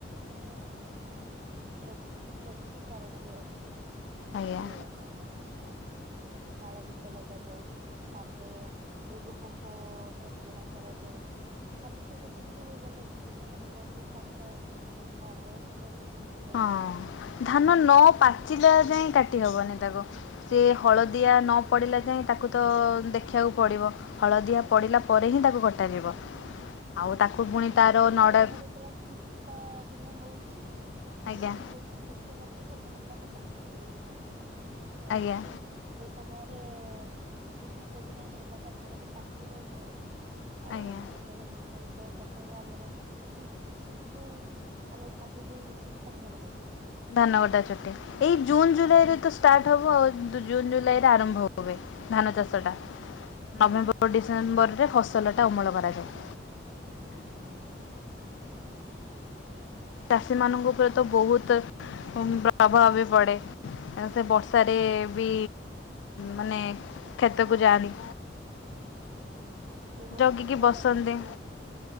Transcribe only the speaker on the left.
ଆଜ୍ଞା।
ହଁ ଧାନ ନ ପାଚ ଚିଲା ଯାଏ କାଟି ହବନି ତାକୁ ସେ ହଳଦିଆ
ନ ପଡ଼ିଲା ଯାଏ ତାକୁ ତ ଦେଖିବାକୁ ପଡ଼ିବ। ହଳଦିଆ ପଡ଼ିଲା ପରେ ହିଁ ତାକୁ କଟାଯିବ। ଆଉ
ତାକୁ ପୁଣି ତାର
ନଡ଼ା
ଆଜ୍ଞା
ଆଜ୍ଞା
ଆଜ୍ଞା
ଧାନକଟା ଛୁଟି ଏଇ ଜୁନ ଜୁଲାଇ
ରେ ତ ଷ୍ଟାର୍ଟ ହେବ ଆଉ ଜୁନ୍ ଜୁଲାଇରେ ଆରମ୍ଭ ହୁଏ ଧାନ ଚାଷଟା। ନଭେମ୍ବର
ଡିସେମ୍ବର
ରେ ଫସଲ ଟା ଅମଳ କରାଯାଏ।
ଚାଷୀ ମାନଙ୍କ
ଉପରେ ତ ବହୁତ ପ୍ରଭାବ ପଡେ। ସେ ବର୍ଷାରେ ବି ମାନେ କ୍ଷେତକୁ
ଯାଆନ୍ତି।
ଜଗିକି
ବସନ୍ତି